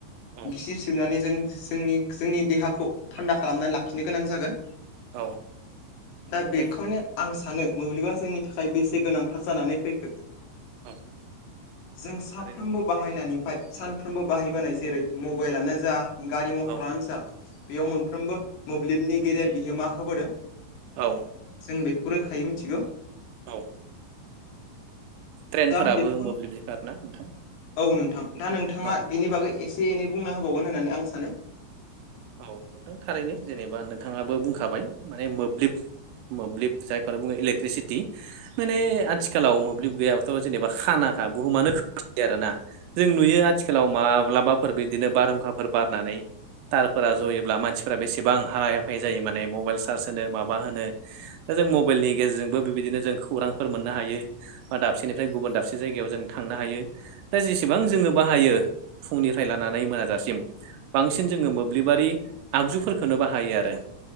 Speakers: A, on the right; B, on the left.
A: औ
B: गिसिब सिबनानै जों जोंनि जोंनि देहाखौ थान्दा खालामनानै लाखिनो गोनां जागोन।
A: औ
B: दा बेखौनो
A: बै
B: आं सानो मोब्लिबा जोंनि थाखाय बेसे गोनांथार जानानै फैखो
A: औ
B: जों साफ्रोमबो
A: थारैनो
B: बाहायनायनिफ्राय सानफ्रोमबो बाहायबोनाय जेरै मबाइलानो जा गारि मटरानो
A: औ औ
B: जा बेयाव मोनफ्रोमबो मोब्लिबनि गेदेर बिहोमा होबोदों
A: औ
B: जों बेखौ रोखायै मिथिगौ।
A: औ ट्रेनफोराबो
B: दा आं बेखौ
A: मोब्लिबजो खारोना नोंथां?
B: औ नोंथां दा नोंथाङा
A: औ
B: बिनि बागै एसे एनै बुंना होबावगोन होननानै आं सानो।
A: औ नोंथां थारैनो जेनेबा नोंथाङाबो बुंखाबाय माने मोब्लिब मोब्लिब जायखोनो बुङो इलेकट्रिसिटि माने आथिखालाव मोब्लिब गैयाबाथ' जेनेबा खानाखा बुहुमानो खोमसि आरोना। जों नुयो आथिखालाव
B: औ
A: माब्लाबाफोर बिदिनो बारहुंखाफोर बारनानै तारफोरा जयोब्ला मानसिफोरा बेसेबां हालाय हाफाय जायो माने मबाइल सार्स होनो माबा होनो दा जों मबाइलनि गेजेरजोंबो बेबायदिनो जों खौरांफोर मोननो हायो। बा दाबसेनिफ्राय गुबुन दाबसे जायगायाव जों थांनो हायो। दा जेसेबां जोङो बाहायो फुंनिफ्राय लानानै मोनाजासिम बांसिन जोङो मो ब्लिबारि आगजुफोरखौनो बाहायो आरो।